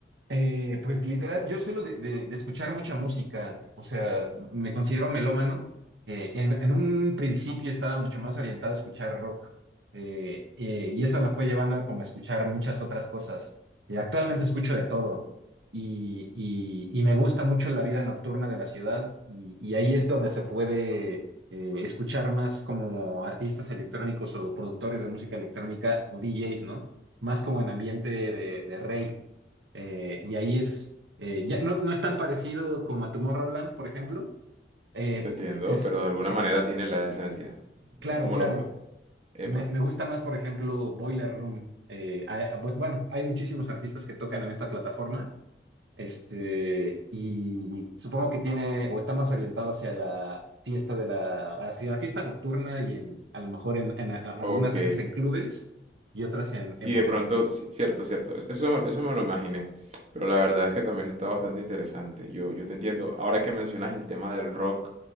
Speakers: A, on the right; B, on the right.
A: Eh, pues literal, yo suelo de, de- de escuchar mucha música, o sea, me considero melómano. Eh, en, en un principio estaba mucho más orientado a escuchar rock eh, eh, y eso me fue llevando a como a escuchar muchas otras cosas. Eh, actualmente escucho de todo y, y- y me gusta mucho la vida nocturna de la ciudad y, y ahí es donde se puede eh, escuchar más como artistas electrónicos o productores de música electrónica o DJs, ¿no? Más como en ambiente de, de rave eh, y ahí es, eh, ya no, no es tan parecido como a Tomorrowland, por ejemplo. Eh,
B: Te entiendo,
A: es,
B: pero de alguna
A: eh,
B: manera tiene la esencia.
A: claro,
B: Es como
A: claro.
B: lo que... Epa.
A: Me, me gusta más, por ejemplo, Boiler Room. Eh, hay- ah, bu- bueno, hay muchísimos artistas que tocan en esta plataforma. Este, y supongo que tiene o está más orientado hacia la fiesta de la, hacia la fiesta nocturna y en, a lo mejor en, en a- algunas
B: Ok.
A: veces en clubes y otras en, en
B: Y
A: bodegas.
B: de pronto, ci- cierto, cierto, es- eso, me- eso me lo imaginé, pero la verdad es que también está bastante interesante. Yo, yo te entiendo, ahora que mencionas el tema del rock,